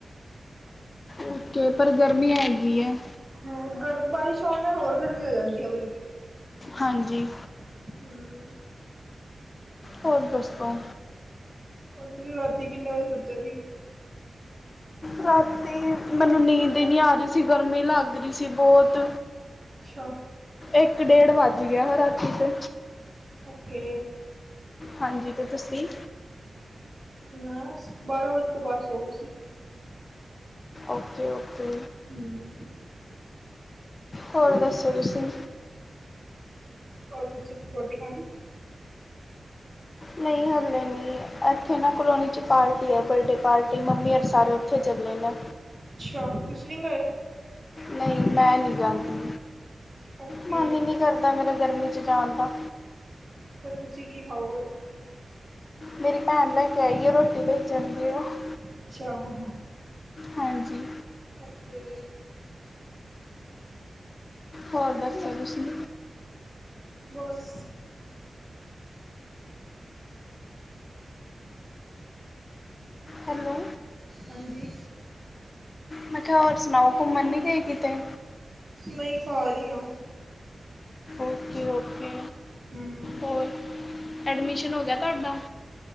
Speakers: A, on the left (about 45°); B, on the right (about 45°).
A: ਉੱਥੇ, ਪਰ ਗਰਮੀ ਹੈਗੀ ਹੈ।
B: ਹਾਂ, ਗਰ ਬਾਰਿਸ਼ ਆਉਣ ਨਾਲ ਹੋਰ ਗਰਮੀ ਹੋ ਜਾਂਦੀ ਹੈ, ਬਲਕਿ।
A: ਹਾਂਜੀ।
B: ਹਮ
A: ਹੋਰ ਦਸੋ?
B: ਤੁਸੀਂ ਰਾਤੀ ਕਿੰਨੇ ਵਜੇ ਸੁੱਤੇ ਸੀ?
A: ਰਾਤੀ, ਮੈਨੂੰ ਨੀਂਦ ਹੀ ਨੀ ਆ ਰਹੀ ਸੀ, ਗਰਮੀ ਲੱਗ ਰਹੀ ਸੀ ਬਹੁਤ।
B: ਅੱਛਾ।
A: ਇੱਕ ਡੇਢ ਵੱਜ ਗਿਆ, ਰਾਤੀ ਤੇ।
B: ਓਕੇ।
A: ਹਾਂਜੀ ਤੇ ਤੁਸੀਂ
B: ਮੈਂ, ਬਾਰਾਂ ਵਜੇ ਤੋਂ ਬਾਅਦ ਸੌ ਗਈ ਸੀ।
A: Okay- okay.
B: ਹਮ।
A: ਹੋਰ ਦੱਸੋ ਤੁਸੀਂ?
B: ਹੋਰ ਤੁਸੀਂ ਰੋਟੀ ਖਾਲੀ।
A: ਨਹੀਂ ਹਲੇ ਨੀ, ਇੱਥੇ ਨਾ ਕਲੋਨੀ 'ਚ ਪਾਰਟੀ ਹੈ, ਬਰਡੇ ਪਾਰਟੀ ਮੰਮੀ ਹੋਰੀ ਸਾਰੇ ਤੇ ਚਲੇ ਆ
B: ਅੱਛਾ, ਤੁਸੀਂ ਨੀ ਗਏ।
A: ਨਹੀਂ, ਮੈਂ ਨਹੀਂ ਜਾਂਦੀ
B: ਓਕੇ
A: ਮਨ ਹੀ ਨਹੀਂ ਕਰਦਾ ਮੇਰਾ ਗਰਮੀ ਚ ਜਾਣ ਦਾ।
B: ਫੇਰ ਤੁਸੀਂ ਕੀ ਖਾਓਗੇ?
A: ਮੇਰੀ ਭੈਣ ਲੈ ਕੇ ਆਈਗੀ ਰੋਟੀ, ਬਣੀ ਚੰਗੀ ਹੈ ਉਹ।
B: ਅੱਛਾ, ਹਾਂ-ਹਾਂ।
A: ਹਾਂਜੀ।
B: ਓਕੇ।
A: ਹੋਰ ਦੱਸੋ ਤੁਸੀਂ?
B: ਬਸ
A: ਹੈਲੋ।
B: ਹਾਂਜੀ।
A: ਮੈਂ ਕਿਹਾ, ਹੋਰ ਸੁਣਾਓ ਘੁੰਮਣ ਨੀ ਗਏ ਕਿਤੇ?
B: ਨਈ ਘਰ ਈ ਆ।
A: Okay okay.
B: ਹੂੰ।
A: ਹੋਰ? ਐਡਮਿਸ਼ਨ ਹੋ ਗਿਆ ਤੁਹਾਡਾ?